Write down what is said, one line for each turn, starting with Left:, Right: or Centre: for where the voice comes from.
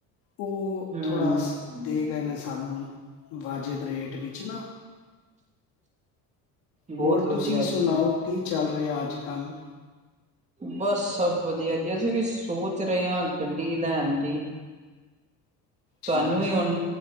Left: ਉਹ
Right: ਹੂੰ
Left: ਥੋੜ੍ਹਾ
Right: ਹੂੰ,
Left: ਦੇ ਗਏ ਨੇ ਸਾਨੂੰ ਵਾਜਿਬ ਰੇਟ ਵਿੱਚ ਨਾ
Right: ਬਹੁਤ
Left: ਹੋਰ
Right: ਵਧੀਆ
Left: ਤੁਸੀਂ ਸੁਣਾਓ
Right: ਜੀ।
Left: ਕੀ ਚੱਲ ਰਿਹਾ ਅੱਜ ਕੱਲ੍ਹ
Right: ਬਸ ਸਭ ਵਧੀਆ ਜੀ ਅਸੀਂ ਵੀ ਸੋਚ ਰਹੇ ਹਾਂ ਗੱਡੀ ਲੈਣ ਦੀ ਤੁਹਾਨੂੰ
Left: ਠੀਕ
Right: ਵੀ
Left: ਠੀਕ
Right: ਹੁਣ